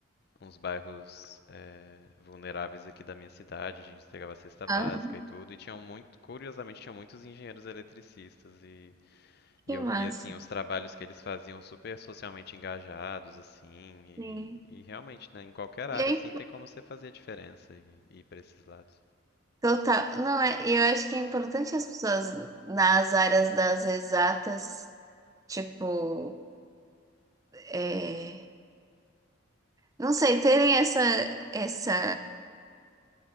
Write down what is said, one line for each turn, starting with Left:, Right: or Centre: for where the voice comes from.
Left: uns bairros é, vulneráveis aqui da minha cidade, a gente entregava cesta
Right: Ah,
Left: básica e tudo, e tinham muito, curiosamente, tinham muitos engenheiros eletricistas e
Right: que
Left: e eu
Right: massa.
Left: vi assim os trabalhos que eles faziam super socialmente engajados assim e,
Right: Sim.
Left: e realmente, né, em qualquer área
Right: E aí,
Left: assim tem como você fazer a diferença e, e ir para esses lados.
Right: total. Não, é, eu acho que é importante as pessoas nas áreas das exatas, tipo, é, não sei, terem essa, essa,